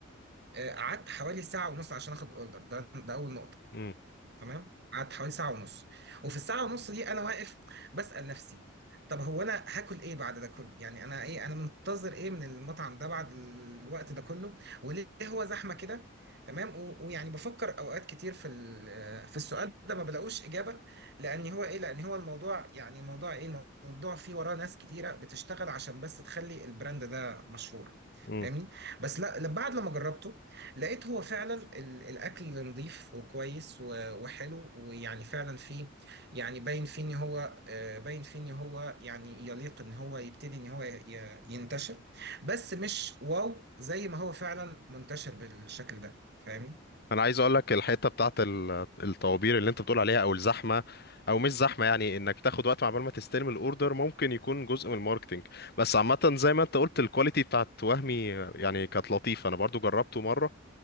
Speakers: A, on the right; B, on the left.
A: آه، قعدت حوالي ساعة ونص عشان اخد الاوردر ده ده اول نقطة
B: امم
A: تمام قعدت حوالي ساعة ونص وفي الساعة ونص دي أنا واقف بسأل نفسي طب هو أنا هاكل إيه بعد ده كله؟ يعني أنا إيه أنا منتظر إيه من المطعم ده بعد الوقت ده كله؟ وليه هو زحمة كده؟ تمام و- ويعني بفكر أوقات كتير في ال- في السؤال ده ما بلاقوش إجابة لأن هو إيه؟ لأن هو الموضوع يعني الموضوع إيه؟ الموضوع فيه وراه ناس كتيرة بتشتغل عشان بس تخلي البراند ده مشهور
B: امم
A: فاهمني؟ بس لا لما- بعد لما جربته لقيت هو فعلا ال- الاكل نظيف وكويس و- وحلو ويعني فعلا فيه يعني باين فيه ان هو آه، باين فيه ان هو يعني يليق ان هو يبتدي ان هو ي- ي- ينتشر بس مش واو زي ما هو فعلا منتشر بالشكل ده فاهمني
B: انا عايز اقول لك الحته بتاعت ال- الطوابير اللي انت بتقول عليها او الزحمه او مش زحمه يعني انك تاخد وقت عقبال ما تستلم الاوردر ممكن يكون جزء من الماركتينج بس عامه زي ما انت قلت الكواليتي بتاعت وهمي يعني كانت لطيفه انا برضو جربته مره